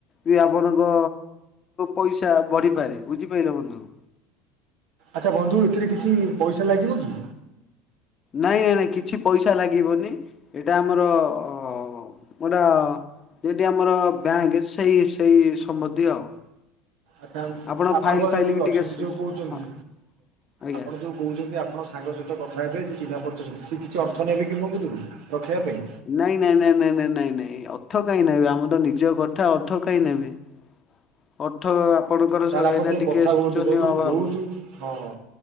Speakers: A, on the left; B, on the right.
A: ବି ଆପଣଙ୍କ ପଇସା ବଢିପାରେ ବୁଝିପାରିଲ ବନ୍ଧୁ।
B: ଆଚ୍ଛା ବନ୍ଧୁ ଏଥିରେ କିଛି ପଇସା ଲାଗିବ କି?
A: ନାଇଁ ନାଇଁ ନାଇଁ କିଛି ପଇସା ଲାଗିବନି ଏଇଟା ଆମର ହ ମୁଟା ଯଠି ଆମର ବ୍ୟାଙ୍କ ସେଇ ସେଇ ସମ୍ବତ୍ତି ଆଉ।
B: ଆଚ୍ଛା
A: ଆପଣ
B: ଆପଣଙ୍କ
A: ଫାଇଲ ଫାଇଲ
B: ଯୋଉ
A: କି
B: ଅଛନ୍ତି
A: ଟିକେ
B: ଯୋଉ କହୁଛନ୍ତି
A: ହଁ ଆଜ୍ଞା।
B: ଆପଣ ଯୋଉ କହୁଛନ୍ତି ଆପଣ ସାଙ୍ଗ ସହିତ କଥା ହେବେ ସେଏ ଚିହ୍ନା ପଚଛନ୍ତି ସି କିଛି ଅର୍ଥ ନେବେ କି ମୋ ପାଖରୁ ରଖିବା ପାଇଁ?
A: ନାଇଁ ନାଇଁ ନାଇଁ ନାଇଁ ନାଇଁ ନାଇଁ ନାଇଁ ଅର୍ଥ କାଇହିଁ ନେବେ ଆମ ତ ନିଜ କଥା ଅର୍ଥ କାଇଁ ନେବେ। ହ ଅର୍ଥ ଆପଣଙ୍କର
B: ତାହେଲେ ଆପଣ
A: ଏଇନା ଟିକେ
B: କଥା
A: ଶୋଚନୀୟ
B: ହୁଅନ୍ତୁ ବନ୍ଧୁ
A: ଅଭାବ।
B: ବହୁତ ହଁ